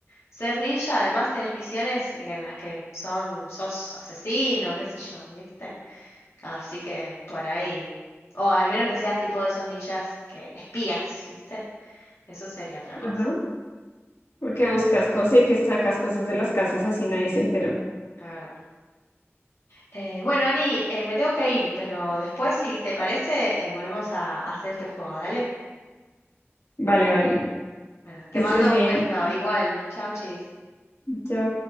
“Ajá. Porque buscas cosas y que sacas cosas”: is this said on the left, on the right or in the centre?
Left